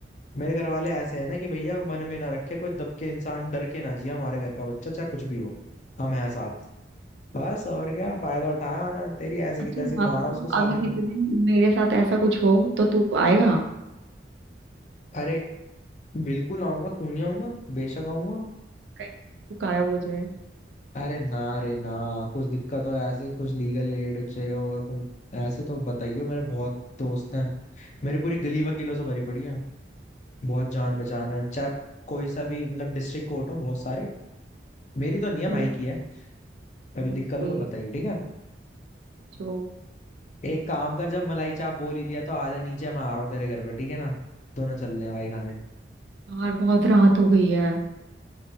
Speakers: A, on the left (about 40°); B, on the right (about 80°).
A: मेरे घर वाले ऐसे हैं ना कि भैया मन में ना रखे कोई दब के इंसान डर के ना जिए हमारे घर का बच्चा चाहे कुछ भी हो हम हैं साथ बस और क्या फायदा उठाया ना तेरी ऐसी
B: अच्छा
A: की तैसी
B: एक बात
A: मारा
B: बता
A: उसको साले
B: अगर किसी
A: को
B: दिन मेरे साथ ऐसा कुछ हो तो तू आएगा
A: अरे बिल्कुल आऊंगा क्यों नहीं आऊंगा बेशक आऊंगा
B: कहीं तू गायब हो जाए
A: अरे ना रे ना कुछ दिक्कत हो ऐसे कुछ लीगल एड चाहिए होगा तुम ऐसे तो बताइयो मेरे बहुत दोस्त हैं मेरी पूरी गली वकीलों से भरी पड़ी है बहुत जान पहचान है चाहे कोई सा भी मतलब डिस्ट्रिक्ट कोर्ट हो बहुत सारे मेरी तो नहीं है भाई
B: हम्म,
A: की है कभी
B: समझ
A: दिक्कत
B: गई
A: हो तो बताइए ठीक है
B: जो
A: एक काम कर जब मलाई चाप बोल ही दिया तो आजा नीचे मैं आ रहा हूँ तेरे घर पे ठीक है ना दोनों चल रहे हैं भाई खाने
B: यार बहुत रात हो गई है